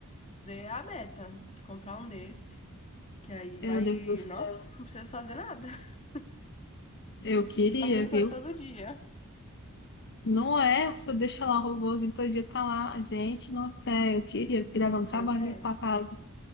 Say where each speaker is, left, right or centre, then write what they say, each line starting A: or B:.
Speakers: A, on the left (about 30°); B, on the left (about 50°).
A: Isso daí é a meta, comprar um desse, que aí
B: Meu
A: vai,
B: Deus do céu,
A: nossa, não precisa fazer nada. <laughs>
B: eu queria,
A: Tava limpa
B: viu?
A: todo dia.
B: Não é? Você deixa lá o robôzinho todo dia, tá lá. Gente, nossa, é, eu queria, porque dava um trabalho
A: Pois é.
B: limpar a casa.